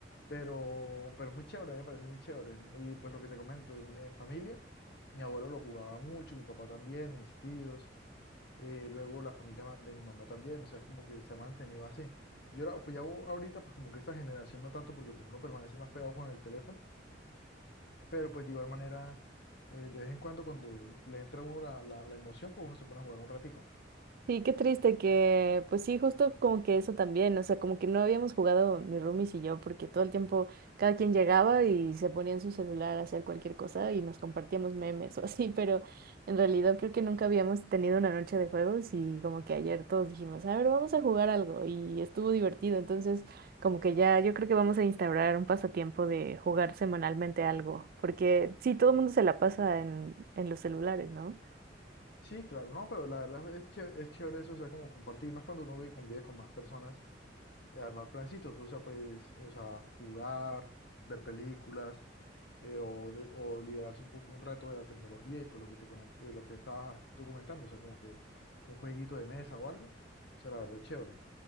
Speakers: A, on the left; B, on the right.
A: Pero, pero es muy chévere, me parece muy chévere. Y pues lo que te comento, en en familia, mi abuelo lo jugaba mucho, mi papá también, mis tíos. eh, luego la familia ma- de mi mamá también, o sea, es como que se ha mantenido así. Yo la- pues ya o- ahorita, pues como que esta generación no tanto, porque pues uno permanece más pegado con el teléfono, pero pues de igual manera, eh, de vez en cuando cuando le entra a uno la, la, la emoción, pues uno se pone a jugar un ratico.
B: Sí, qué triste que, pues sí, justo como que eso también, o sea, como que no habíamos jugado mi roomies y yo, porque todo el tiempo cada quien llegaba y se ponía en su celular a hacer cualquier cosa y nos compartíamos memes <laughs> o así, pero en realidad creo que nunca habíamos tenido una noche de juegos y como que ayer todos dijimos, a ver, vamos a jugar algo y estuvo divertido, entonces como que ya yo creo que vamos a instaurar un pasatiempo de jugar semanalmente algo, porque sí, todo el mundo se la pasa en, en los celulares, ¿no?
A: Sí, claro, no, pero la verdad es, ché- es chévere eso, o sea, como compartir, más cuando uno vive, convive con más personas, eh, armar plancitos, o sea, pues, eh, o sea, jugar, ver películas eh, o, de- o liberarse un poco un rato de la tecnología y por lo que te comenté, de lo que estabas tú comentando, o sea, como que un jueguito de mesa o algo. O sea, la verdad, chévere.